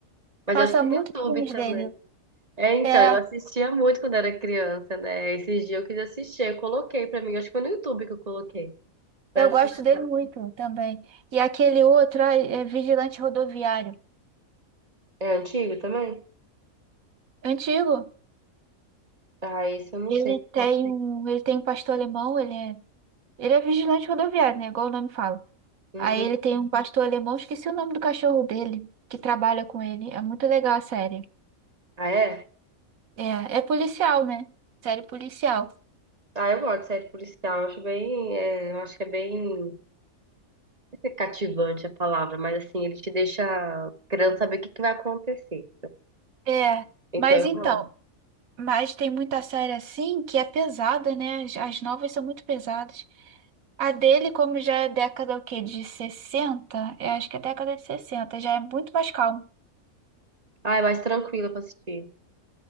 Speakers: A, on the right; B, on the right.
A: Mas
B: Passa
A: acho que tem
B: muitos
A: no YouTube
B: filmes
A: também.
B: dele.
A: É, então,
B: É,
A: eu assistia muito quando era criança, né? Esses dias eu quis assistir, eu coloquei pra mim, acho que foi no YouTube que eu coloquei. Pra
B: eu
A: assistir.
B: gosto dele muito também. E aquele outro, ai, é Vigilante Rodoviário.
A: É antigo também?
B: Antigo.
A: Ah, esse eu não
B: Ele
A: sei
B: tem
A: qual que
B: um, ele tem um pastor alemão, ele é, ele é vigilante rodoviário, né? Igual o nome fala.
A: é.
B: Aí
A: Uhum.
B: ele tem um pastor alemão, esqueci o nome do cachorro dele, que trabalha com ele. É muito legal a série.
A: Ah, é?
B: É, é policial, né? Série policial.
A: Ah, eu gosto de série policial, eu acho bem, é, eu acho que é bem é cativante a palavra, mas assim, ele te deixa querendo saber o que que vai acontecer.
B: É,
A: Então
B: mas
A: eu
B: então,
A: vou.
B: mas tem muita série assim que é pesada, né? As, as novas são muito pesadas. A dele, como já é década o quê? De sessenta Eu acho que é década de sessenta já é muito mais calmo.
A: Ah, é mais tranquila pra assistir.